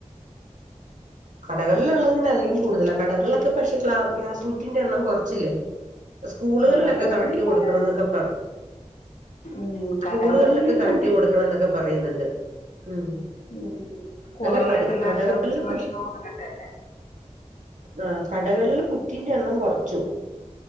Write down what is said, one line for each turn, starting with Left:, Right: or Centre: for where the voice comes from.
Right: കടകൾലൊള്ളതിന് അതിലും കൂടുതല കടകളൾലൊക്കെ പഷെ ഗ്ലാ ഗ്യാസുറ്റിന്റെ എണ്ണം കൊർച്ചില്ലേ സ്കൂള്കൾലൊക്കെ
Left: ആ കടകളിൽ
Right: കറക്റ്റ് കൊടുക്കണന്നൊക്കെ
Left: കൂടുതൽ
Right: പർ
Left: ഉം കടകളിലും
Right: കൂള്കൾലൊക്കെ കറക്റ്റ്
Left: കൂട്ടിയിട്ടുണ്ട്
Right: കൊടുക്കണന്നൊക്കെ പറയിന്നിണ്ട് ഉം
Left: ഉം സ്കൂളുകളിലെ
Right: അല്ല കട
Left: പിള്ളേർക്ക്
Right: കടകളിൽ
Left: ഉച്ചഭക്ഷണം
Right: കു
Left: കൊട്ക്കണ്ടേ
Right: ആഹ് കടകള്ള് കുറ്റീന്റെ എണ്ണം കൊർച്ചു